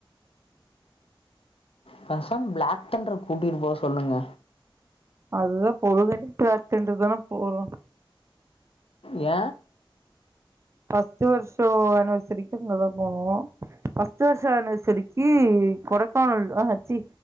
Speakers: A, on the left; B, on the right.
A: பேசாம ப்ளாக் தண்டர் கூட்டிட்டு போ சொல்லுங்க
B: அதுதா பொழுதன்னைக்கு பிளாக் தண்டர் தானே போறோ
A: ஏ
B: ஃபஸ்ட்டு வருஷோ ஆன்வசெரிக்கு அங்கதா போனோ ஃபஸ்ட்டு வருஷோ ஆன்வசெரிக்கு கொடைக்கானல் ஆஹ ச்சி